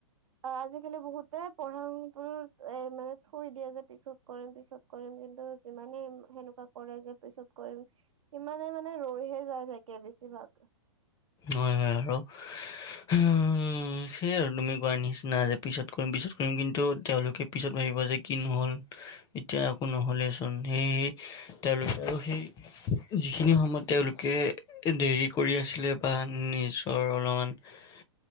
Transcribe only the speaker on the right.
অ আজিকালি বহুতে পঢ়া-শুনাটোত এ মানে থৈ দিয়ে যে পিছত কৰিম পিছত কৰিম কিন্তু যিমানেই সেনেকুৱা কৰে যে পিছত কৰিম ইচ্ ইমানে মানে ৰৈহে যায় থাকে বেছিভাগ।